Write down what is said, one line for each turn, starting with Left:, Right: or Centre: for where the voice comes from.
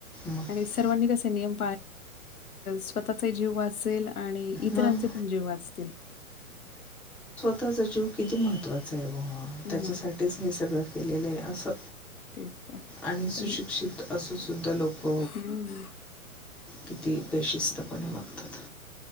Centre: मग
Left: आणि सर्वांनी नियम स्वतःचा जीव असल आणि इतरांचे
Centre: मग
Left: पण जेव वाचतील
Centre: स्व ताचा जीव किती महत्त्वाचा आहे व
Left: मग
Centre: त्याच्यासाठीच हे सगळं केलेलं आहे असं
Left: तेच तर
Centre: आणि सुशिक्षित
Left: पण
Centre: असू सुुद्धा लोक
Left: हम्म
Centre: किती बेशिस्तपणे वागतात